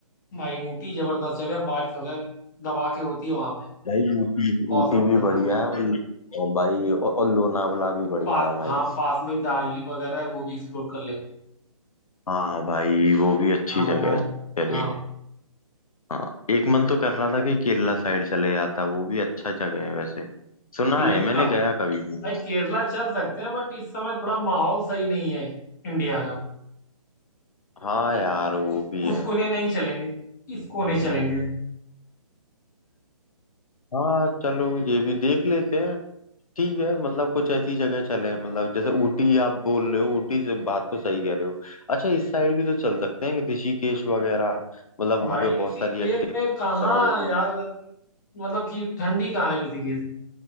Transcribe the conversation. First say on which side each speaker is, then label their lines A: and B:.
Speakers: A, on the left; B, on the left.
A: भाई ऊटी जबरदस्त जगह है, बारिश वगैरह दबा के होती है वहां पे
B: भाई ऊटी
A: मौसम
B: ऊटी भी
A: ठंडा
B: बढ़िया
A: रहता
B: है और,
A: है
B: और भाई और, और लोनावला भी बढ़िया
A: पास
B: है भाई
A: हाँ पास में ही दार्जिलिंग वगैरह है वो भी एक्सप्लोर कर लेंगे
B: हाँ भाई
A: क्या
B: वो
A: है
B: भी
A: कि
B: अच्छी
A: वहां
B: जगह
A: वहां
B: है
A: है
B: चले
A: हाँ
B: हाँ एक मन तो कर रहा था कि केरला साइड चले जाता वो भी अच्छा जगह है वैसे सुना
A: केरला
B: है मैंने गया कभी नहीं
A: भाई
B: हूँ
A: केरला चल सकते हैं बट इस समय थोड़ा माहौल सही नहीं है इंडिया का
B: हाँ यार वो
A: उस
B: भी
A: उस
B: है
A: कोने नहीं चलेंगे इस कोने चलेंगे
B: हाँ चलो ये भी देख लेते हैं ठीक है मतलब कुछ ऐसी जगह चले मतलब जैसे ऊटी आप बोल रहे हो ऊटी से बात तो सही कह रहे हो अच्छा इस साइड भी तो चल सकते हैं ऋषिकेश वगैरह मतलब वहाँ
A: भाई
B: पे बहुत
A: ऋषिकेश
B: सारी एक्टिविटी
A: में कहाँ
B: वगैरह होती
A: यार
B: हैं
A: मतलब कि ठंडी कहाँ है ऋषिकेश